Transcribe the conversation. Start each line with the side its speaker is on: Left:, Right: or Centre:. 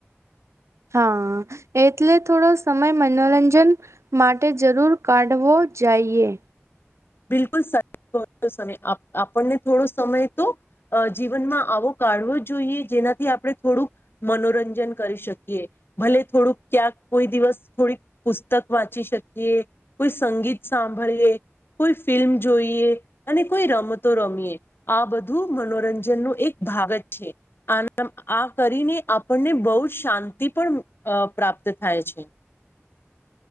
Right: હા એટલે થોડો સમય મનોરંજન માટે જરૂર કાઢવો જઈએ
Left: બિલકુલ સ <inaudible> <inaudible> સમય આપ આપણને થોડો સમય તો અ જીવનમાં આવો કાઢવો જોઈએ, જે એનાથી આપણે થોડુંક મનોરંજન કરી શકીએ. ભલે થોડુંક ક્યાંક, કોઈ દિવસ થોડીક પુસ્તક વાંચી શકીએ, કોઈ સંગીત સાંભળીએ. કોઈ ફિલ્મ જોઈએ અને કોઈ રમતો રમીએ. આ બધું મનોરંજનનું એક ભાગત છે. આનમ આ કરીને આપણને બહુ જ શાંતિ પણ અ-પ્રાપ્ પ્ત થાય છે.